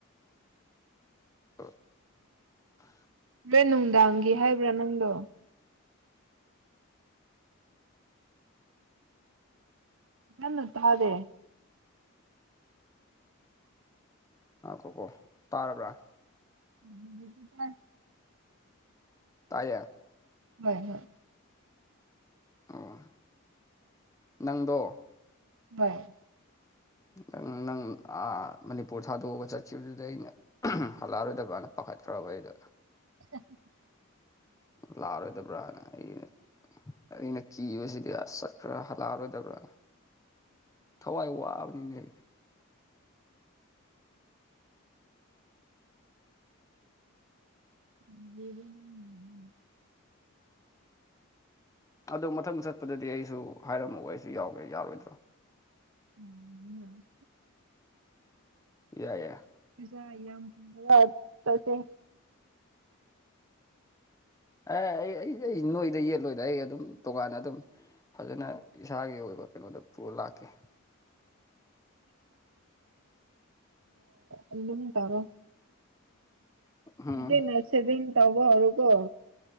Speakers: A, on the left; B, on the right.
A: <inaudible>
B: ꯍꯣꯔꯦꯟ ꯅꯨꯡꯗꯥꯡꯒꯤ ꯍꯥꯏꯕ꯭ꯔꯥ ꯅꯪꯗꯣ ꯅꯟꯅ ꯇꯥꯗꯦ
A: ꯉꯥꯏꯈꫭꯀꯣ ꯇꯥꯔꯕ꯭ꯔꯥ
B: ꯎꯝ ꯇꯥꯏ
A: ꯇꯥꯏꯌꯦ
B: ꯍꯣꯏ ꯍꯣꯏ
A: ꯑꯣ ꯅꯪꯗꯣ
B: ꯍꫭꯏ
A: ꯅꯪ ꯅꯪ ꯑꯥ ꯃꯅꯤꯄꯨꯔ ꯊꯥꯗꯣꯛꯑꯒ ꯆꯠꯈꯤꯕꯗꯨꯗ ꯑꯩꯅ ꯍꯜꯂꯛꯑꯔꯣꯏꯗꯕ꯭ꯔꯅ ꯄꯥ ꯈꯠꯈ꯭ꯔꯕ ꯑꯩꯗ
B: <inaudible>
A: ꯂꯥꯛꯑꯔꯣꯏꯗꯕ꯭ꯔꯥꯅ ꯑꯩ ꯑꯩꯅ ꯀꯤꯕꯁꯤꯗꯤ ꯑꯁ ꯆꯠꯈ꯭ꯔ ꯍꯜꯂꯛꯑꯔꯣꯏꯗꯕ꯭ꯔꯥ ꯊꯋꯥꯏ ꯋꯥꯕꯅꯤꯅꯦ ꯑꯩ
B: <inaudible>
A: ꯑꯗꯣ ꯃꯊꯪ ꯆꯠꯄꯗꯗꯤ ꯑꯩꯁꯨ ꯍꯥꯏꯔꯝꯃꫭ ꯑꯩꯁꯨ ꯌꯥꯎꯒꯦ ꯌꯥꯔꯣꯏꯗ꯭ꯔꯣ
B: ꯎꯝ
A: ꯌꯥꯏ ꯌꯦ
B: ꯌꯥꯏ ꯌꯥꯝ ꯇꯁꯦ
A: ꯑꯦ ꯑꯩ ꯑꯩ ꯑꯩ ꯅꯣꯏꯗ ꯌꯦꯠꯂꯣꯏꯗ ꯑꯩ ꯑꯗꯨꯝ ꯇꯣꯉꯥꯟꯅ ꯑꯗꯨꯝ ꯐꯖꯅ ꯏꯁꯥꯒꯤ ꯑꯣꯏꯕ ꯀꯩꯅꯣꯗ ꯄꯨꯔ ꯂꯥꯛꯀꯦ
B: ꯑꯗꯨꯝ ꯇꯧꯔꯣ
A: ꯎꯝ
B: ꯑꯗꯨꯅ ꯁꯦꯚꯤꯡ ꯇꯧꯕ ꯍꯧꯔꫭꯀꯣ